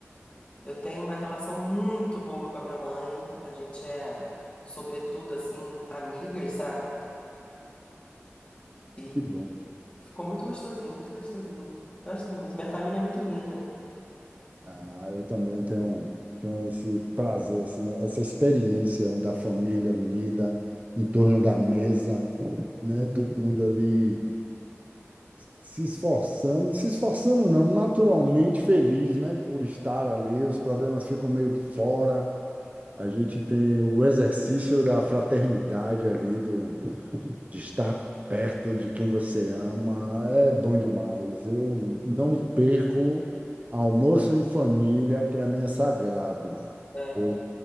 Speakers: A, on the left (about 25°); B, on the right (about 35°).
A: Eu tenho uma relação muito boa com a minha mãe, a gente é, sobretudo, assim, amigas, sabe? E
B: que bom.
A: ficou muito gostosinho, muito gostosinho. Eu gosto muito, minha família é muito unida.
B: Ah, eu também tenho, tenho esse prazer, assim, essa experiência da família unida em torno da mesa, né? Todo mundo ali se esforçando, se esforçando não, naturalmente feliz, né? Por estar ali, os problemas ficam meio que fora. A gente tem o exercício da fraternidade ali, do, de estar perto de quem você ama é bom demais. Eu não perco almoço em família, para mim é sagrado.
A: É.
B: Eu,